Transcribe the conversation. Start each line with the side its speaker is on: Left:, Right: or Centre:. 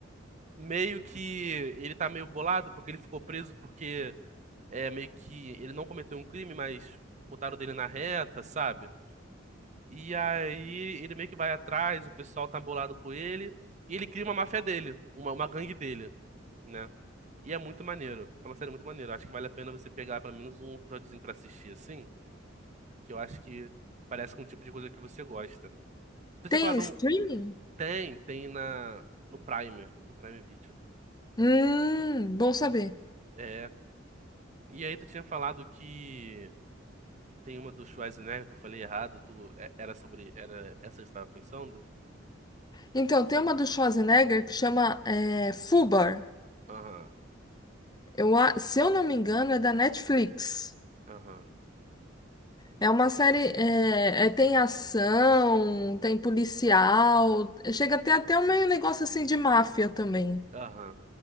Right: Meio que ele tá meio bolado porque ele ficou preso porque é meio que ele não cometeu um crime, mas botaram dele na reta, sabe? E aí ele meio que vai atrás, o pessoal tá bolado com ele, e ele cria uma máfia dele, uma, uma gangue dele, né? E é muito maneiro. É uma série muito maneira. Acho que vale a pena você pegar pelo menos um episódiozinho pra assistir, assim, que eu acho que parece com o tipo de coisa que você gosta. Tu
Left: Tem
Right: tinha falado
Left: streaming?
Right: um... Tem, tem na... no Prime, no Prime Video.
Left: Hum, bom saber.
Right: É. E aí tu tinha falado que tem uma do Schwarzenegger que eu falei errado, tu... é- era sobre... Era essa que você tava pensando?
Left: Então, tem uma do Schwarzenegger que chama é, Fubar.
Right: Aham,
Left: Eu, a- se eu não me engano, é da Netflix.
Right: aham,
Left: É uma série, é, é- tem ação, tem policial, chega a ter até um meio negócio assim de máfia também.
Right: aham.